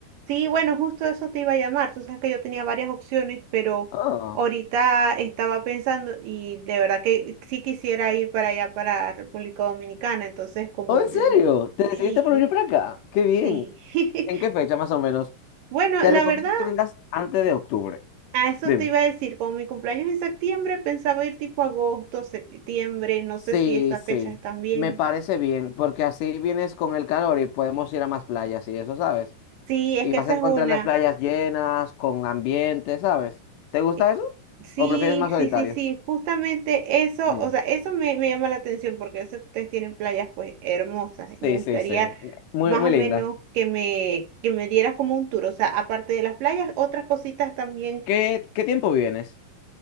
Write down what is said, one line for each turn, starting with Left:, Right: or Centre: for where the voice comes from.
Right: Sí, bueno, justo eso te iba a llamar. Tú sabes que yo tenía varias opciones, pero
Left: Ah,
Right: ahorita estaba pensando y de verdad que sí quisiera ir para allá, para República Dominicana. Entonces, como
Left: Oh, ¿en serio?
Right: l-
Left: ¿Te
Right: sí,
Left: decidiste por venir para acá? ¡Qué bien!
Right: sí. <laughs>
Left: ¿En qué fecha más o menos?
Right: Bueno,
Left: Te
Right: la
Left: recomiendo
Right: verdad,
Left: que vengas antes de octubre.
Right: a eso
Left: Dime.
Right: te iba a decir. Como mi cumpleaños es en septiembre, pensaba ir tipo agosto, septiembre. No
Left: Sí,
Right: sé si esas
Left: sí,
Right: fechas están bien.
Left: me parece bien, porque así vienes con el calor y podemos ir a más playas y eso, ¿sabes?
Right: Sí, es
Left: Y
Right: que
Left: vas
Right: esa
Left: a encontrar
Right: es una.
Left: las playas llenas, con ambiente, ¿sabes? ¿Te gusta
Right: Eh,
Left: eso?
Right: Sí,
Left: ¿O prefieres más solitario?
Right: sí, sí, sí, justamente eso,
Left: Bien.
Right: o sea, eso me, me llama la atención porque yo sé que ustedes tienen playas pues hermosas. y
Left: Sí,
Right: Me gustaría
Left: sí, sí. Muy,
Right: más
Left: muy
Right: o menos
Left: lindas.
Right: que me, que me dieras como un tour, o sea, aparte de las playas, otras cositas también.
Left: ¿Qué, qué tiempo vienes?